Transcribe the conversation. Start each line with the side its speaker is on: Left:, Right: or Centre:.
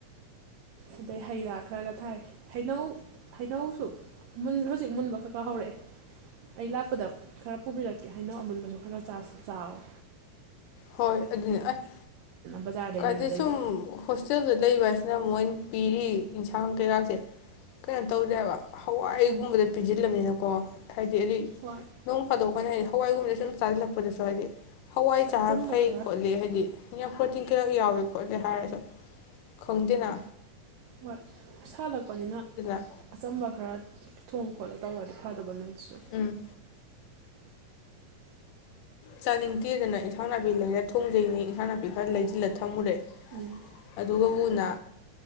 Right: ꯑꯗꯩ ꯍꯩ ꯔꯥ ꯈꯔꯒ ꯊꯥꯏ ꯍꯩꯅꯧ ꯍꯩꯅꯧꯁꯨ ꯍꯧꯖꯤꯛ ꯃꯨꯟꯕ ꯈꯔ ꯈꯔ ꯍꯧꯔꯛꯑꯦ ꯑꯩ ꯂꯥꯛꯄꯗ ꯈꯔ ꯄꯨꯕꯤꯔꯛꯀꯦ ꯍꯩꯅꯧ ꯑꯃꯨꯟꯕꯁꯨ ꯈꯔ ꯈꯔ ꯆꯥꯁꯤ ꯆꯥꯎꯔꯦ
Left: ꯍꯣꯏ ꯑꯗꯨꯅꯤ ꯑꯁ
Right: ꯕꯖꯥꯔꯗꯩ
Left: ꯀꯥꯏꯗꯩꯩꯁꯨꯝ
Right: ꯂꯩꯕꯗꯩꯗꯤ
Left: ꯍꯣꯁꯇꯦꯜꯗ ꯂꯩꯕ ꯍꯥꯏ ꯃꯣꯏꯅ ꯄꯤꯔꯤ ꯏꯟꯁꯥꯡ ꯀꯩꯔꯥꯁꯦ ꯀꯩꯅꯣ ꯇꯧꯗꯦꯕ ꯍꯋꯥꯏꯒꯨꯝꯕꯗ
Right: ꯎꯝ
Left: ꯄꯤꯖꯤꯜꯂꯝꯃꯤꯅ <unintelligible> ꯍꯥꯏꯗꯤ ꯑꯩꯗꯤ
Right: ꯍꯣꯏ
Left: ꯅꯣꯡ ꯐꯥꯗꯣꯛ ꯑꯩꯈꯣꯏꯅ ꯍꯋꯥꯏꯒꯨꯝꯕꯗ ꯁꯨꯝ ꯆꯥꯖꯤꯜꯂꯛꯄꯗꯁꯨ ꯍꯥꯏꯗꯤ ꯍꯋꯥꯏ
Right: ꯍꯣꯏ
Left: ꯆꯥ__
Right: ꯑꯆꯝꯕ
Left: <unintelligible>
Right: ꯈꯔ
Left: ꯍꯥꯏꯗꯤ ꯌꯥꯝ ꯄ꯭ꯔꯣꯇꯤꯟ ꯀꯩꯔꯛ ꯌꯥꯎꯋꯦ ꯈꯣꯠꯂꯦ ꯍꯥꯏꯔꯁꯨ ꯈꯪꯗꯦꯅ
Right: ꯍꯣꯏ ꯁꯥꯠꯂꯛꯄꯅꯤꯅ
Left: <unintelligible>
Right: ꯑꯆꯝꯕ ꯈꯔ ꯊꯣꯡ ꯈꯣꯠꯂ ꯇꯧꯔꯗꯤ ꯐꯥꯗꯧꯕ ꯅꯣꯏ ꯁꯨ
Left: ꯎꯝ ꯆꯥꯅꯤꯡꯇꯦꯗꯅ ꯏꯟꯁꯥꯡ ꯅꯥꯄꯤ ꯂꯩꯔ ꯊꯣꯡꯖꯩꯅꯤ ꯏꯟꯁꯥꯡ ꯅꯥꯄꯤ ꯈꯔ ꯂꯩꯖꯤꯜꯂ ꯊꯝꯃꯨꯔꯦ
Right: ꯎꯝ
Left: ꯑꯗꯨꯒ ꯊꯨꯅ